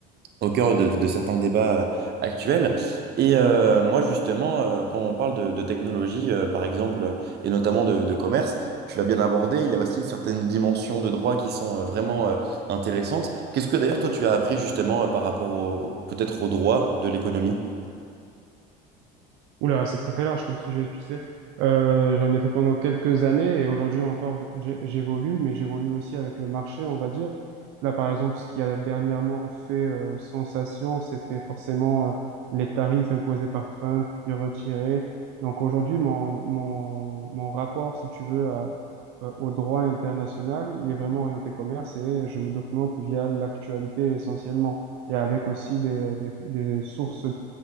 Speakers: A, on the right (about 50°); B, on the right (about 70°).
A: au cœur de, de certains débats euh, actuels. Et euh, moi, justement, euh, quand on parle de, de technologie, euh, par exemple, euh, et notamment de, de commerce, tu l'as bien abordé, il y a aussi certaines dimensions de droit qui sont euh, vraiment euh, intéressantes. Qu'est-ce que d'ailleurs, toi, tu as appris justement euh, par rapport au, peut-être au droit de l'économie?
B: Oula, c'est très très large comme sujet, tu sais. Euh, j'en ai fait pendant quelques années et aujourd'hui encore j'ai- j'évolue, mais j'évolue aussi avec le marché, on va dire. Là, par exemple, ce qui a dernièrement fait euh, sensation, c'était forcément euh, les tarifs imposés par Trump, puis retirés. Donc aujourd'hui, mon, mon, mon rapport, si tu veux, à- euh, au droit international, il est vraiment orienté commerce et je me documente via l'actualité essentiellement et avec aussi des, des, des sources